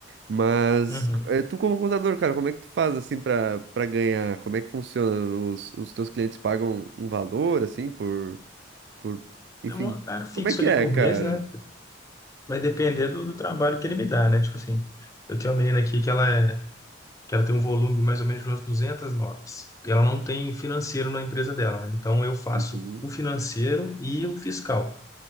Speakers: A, on the right; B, on the left.
A: Mas
B: Uhum.
A: é, tu como contador, cara, como é que tu faz assim pra para ganhar? Como é que funciona? Os, os teus clientes pagam um valor assim por por enfim,
B: É um horário fixo
A: como é que
B: ali
A: é,
B: por
A: cara?
B: mês, né? Vai depender do, do trabalho que ele me dá, né? Tipo assim, eu tenho uma menina aqui que ela, é, que ela tem um volume mais ou menos de umas 200 notas. E ela não tem financeiro na empresa dela, né? Então eu faço
A: Uhum,
B: o financeiro e o fiscal.